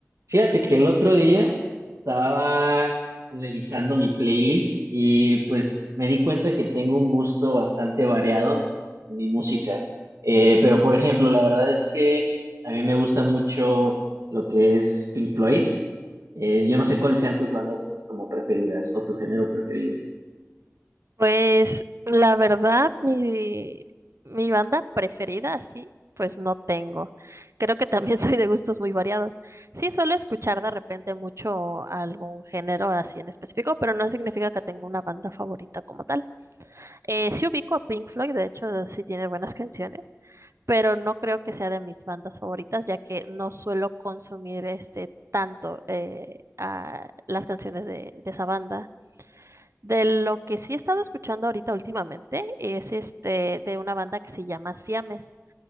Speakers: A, on the right; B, on the right.
A: Fíjate que el otro día estaba analizando mi playlist y pues me di cuenta que tengo un gusto bastante variado en mi música. Eh, pero por ejemplo, la verdad es que a mí me gusta mucho lo que es Pink Floyd. Eh, yo no sé cuáles sean tus bandas como preferidas o tu género preferido.
B: Pues la verdad, mi, mi banda preferida, así, pues no tengo. Creo que también <laughs> soy de gustos muy variados. Sí, suelo escuchar de repente mucho algún género así en específico, pero no significa que tenga una banda favorita como tal. Eh, sí ubico a Pink Floyd, de hecho, sí tiene buenas canciones, pero no creo que sea de mis bandas favoritas, ya que no suelo consumir este tanto eh, a las canciones de, de esa banda. De lo que sí he estado escuchando ahorita últimamente es este de una banda que se llama Siames.